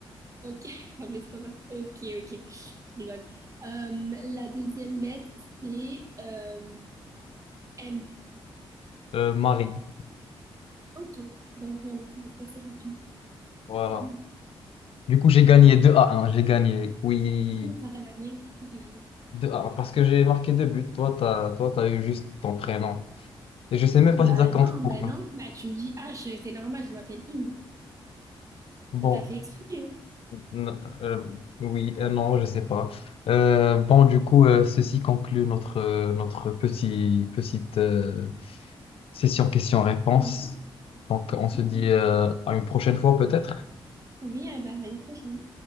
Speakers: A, on the right; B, on the left.
A: ok? <laughs> Pablo Escobar, ok, ok, je rigole. Euh, la deuxième lettre c'est euh, M,
B: euh, Marie.
A: ok, ben voilà, mais c'est assez rapide.
B: Voilà.
A: <laughs>
B: Du coup, j'ai gagné
A: Bah,
B: 2 à 1. J'ai gagné, oui,
A: Comment ça t'as gagné? Comment t'as gagné?
B: deux à 1. Parce que j'ai marqué deux buts. Toi, t'as, toi, t'as eu juste ton prénom. Et je sais même pas
A: Bah
B: si ça compte
A: non,
B: pour
A: bah non,
B: un.
A: bah tu me dis H, c'est normal, je m'appelle Inde.
B: Bon,
A: T'as fait exprès, hein?
B: n- euh, oui, euh, non, je sais pas. Euh, bon, du coup, euh, ceci conclut notre, euh, notre petit, petite euh, session questions-réponses.
A: Oui,
B: Donc, on
A: d'accord.
B: se dit euh, à une prochaine fois, peut-être.
A: Oui, eh ben, à une prochaine.